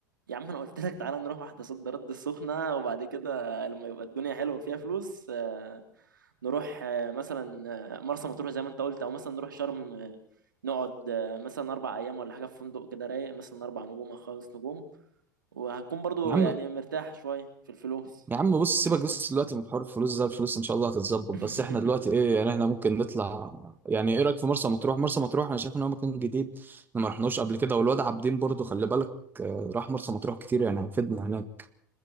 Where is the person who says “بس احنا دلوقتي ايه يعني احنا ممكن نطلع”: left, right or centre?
Right